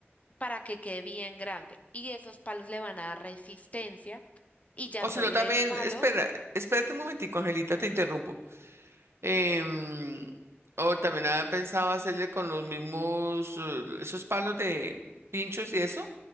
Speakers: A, on the left; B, on the right.
A: para que quede bien grande. Y esos palos le van a dar resistencia y ya
B: O
A: sobre
B: si no también,
A: el palo,
B: espera, espérate un momentico, Angelita, te interrumpo. Em, o también había pensado hacerle con los mismos, eh, esos palos de pinchos y eso,